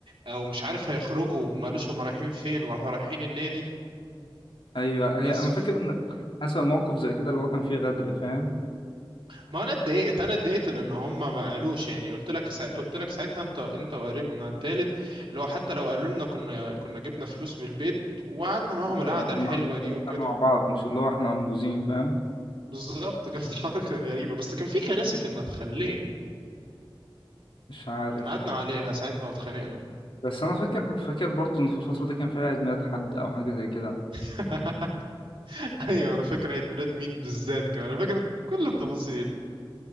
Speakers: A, on the right (about 80°); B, on the left (about 75°).
A: او مش عارف هيخرجوا وما قالوش هم رايحين فين وراحوا رايحين النادي
B: ايوه هي
A: بس
B: انا فاكر ان حصل موقف زي كده اللي هو كان فيه غدر فاهم
A: ما انا اتضايقت انا اتضايقت لان هم ما قالوش يعني قلت لك سا... قلت لك ساعتها انت انت وقريبنا التالت اللي هو حتى لو قالوا لنا كنا كنا جبنا فلوس من البيت وقعدنا معاهم القعده
B: ايوه كنا
A: الحلوه
B: قعدنا
A: دي وكده
B: كنا مع بعض مش اللي هو احنا منبوذين فاهم
A: بالظبط كانت <laughs> حركه غريبه بس كان في كراسي في المدخل ليه
B: مش عارف
A: احنا قعدنا عليها ساعتها واتخانقنا
B: بس انا فاكر فاكر برضو ان في الفتره دي كان في عيد ميلاد حد او حاجه زي كده
A: <laughs> ايوه انا فاكر عيد ميلاد مين بالذات كمان انا فاكر كل التفاصيل